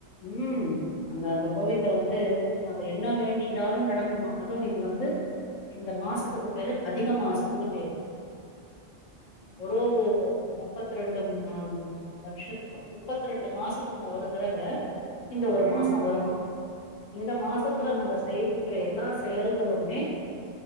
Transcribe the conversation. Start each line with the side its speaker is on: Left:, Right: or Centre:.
Left: உம் அந்த அந்த கோவில்ல
Right: ம்
Left: வந்து நம்ம என்ன வேண்டிடாலும் நடக்குமா அதுவும் இது வந்து இந்த மாசத்துக்கு
Right: ம்
Left: பேரு அதிக அ மாசங்க பேரு
Right: ம்ஹும்
Left: ஒரு முப்பத்த ரெண்டு வருஷத்துக்கும் முப்பத்து ரெண்டு மாசத்துக்கும் ஒரு தடவ இந்த ஒரு மாசம்
Right: ம்
Left: வருமா இந்த மாசத்துல
Right: ஓ
Left: நம்ம செய்கின்ற எல்லா செயல்களுமே